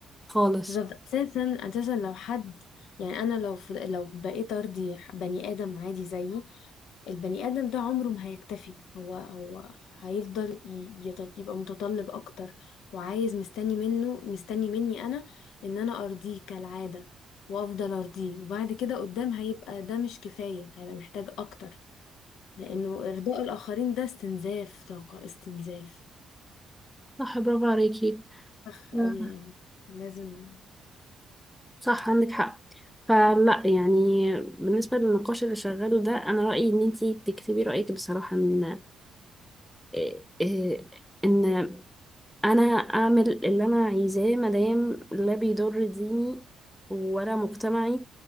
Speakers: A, in the centre; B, on the left (about 85°).
A: خالص
B: بالظبط. أساسا أساسا لو حد يعني أنا لو في لو بقيت أرضي بني آدم عادي زيي البني آدم ده عمره ما هيكتفي هو هو هيفضل ي- يتط- يبقى متطلب أكتر وعايز مستني منه مستني مني أنا إن أنا أرضيه كالعادة وأفضل أرضيه وبعد كده قدام هيبقى ده مش كفاية هيبقى محتاج أكتر لأنه إرضاء الآخرين ده استنزاف طاقة استنزاف
A: صح برافو عليكي <laughs>
B: أخ
A: مم.
B: أوي يعني لازم
A: صح عندك حق فلا يعني بالنسبة للنقاش اللي شغاله ده أنا رأيي إن أنتي تكتبي رأيك بصراحة إن إيه- إيه- إن انا اعمل اللي انا عايزاه مادام لا بيضر ديني ولا مجتمعي